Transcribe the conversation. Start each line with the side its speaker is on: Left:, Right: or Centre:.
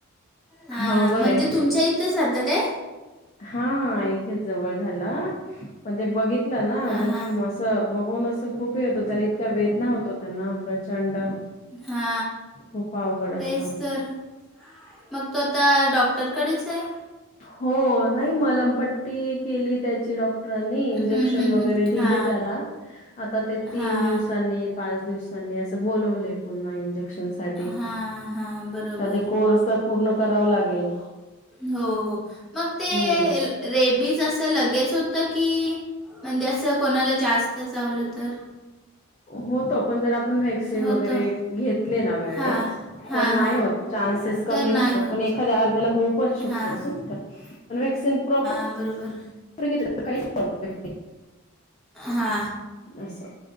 Centre: हां
Left: अवघड
Centre: म्हणजे
Left: आहे.
Centre: तुमच्या इथंच राहतं काय
Left: हा इथेच जवळ झालं पण ते बघितल, बघितल ना
Centre: हां
Left: जखम
Centre: हां
Left: अस बघून खूप! येत होत्या लय त्याला इतका वेदना होतो त्यांना प्रचंड!
Centre: हा
Left: खूप अवघड असतं.
Centre: तेच तर, मग तो आता डॉक्टरकडेच आहे?
Left: हो नाही मलमपट्टी केली त्याची डॉक्टर, डॉक्टरांनी इंजेक्शन
Centre: हं, हं,
Left: वगैरे
Centre: हं. हां
Left: दिले त्याला आता ते तीन दिवसा, तीन
Centre: हां
Left: दिवसांनी, पाच दिवसांनी अस बोलवलय पुन्हा त्याला इंजेक्शनस. साठी
Centre: हां हां बरोबर
Left: ते आता कोर्स पूर्ण करावा लागेल.
Centre: हो हो मग ते,
Left: हं.
Centre: रेबीज असं लगेच होतं की, म्हणजे असं कोणाला जास्त चावलं तर?
Left: होतो पण जर आपण वे, वॅक्सीन
Centre: होतं.
Left: वगैरे घेतले ना वेळेत
Centre: हां. हां,
Left: तर नाही
Centre: हां.
Left: होत चान्सेस कमी
Centre: तर
Left: राहतात
Centre: नाही होत.
Left: पण एक. एखाद्या अर्ध्याला होऊ पण शकतो
Centre: हां.
Left: असं का पण वॅक्सिन प्रॉपर,
Centre: हा बरोबर,
Left: घेतले तर काहीच प्रॉब्लेम नाही.
Centre: हा
Left: असं